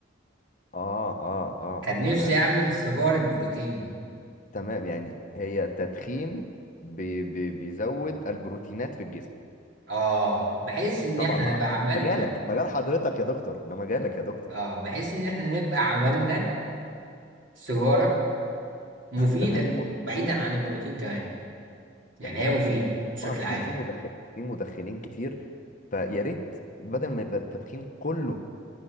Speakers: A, on the left (about 40°); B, on the right (about 70°).
A: اه اه اه
B: كان
A: تمام
B: نفسي اعمل سيجارة بروتين
A: تمام يعني هي التدخين بي بي بيزود البروتينات في الجسم
B: اه بحيث ان
A: طبعا
B: احنا
A: مح...
B: نبقى عملنا
A: مجالك مجال حضرتك يا دكتور ده مجالك يا دكتور
B: اه بحيث ان احنا نبقى عملنا سيجارة مفيدة
A: تمام للمدخنين
B: بعيدا عن البروتين كمان يعني
A: تمام
B: هي مفيدة
A: اكيد
B: بشكل
A: طبعا
B: عام
A: في في مدخن في مدخنين كتير فيا ريت بدل ما يبقى التدخين كله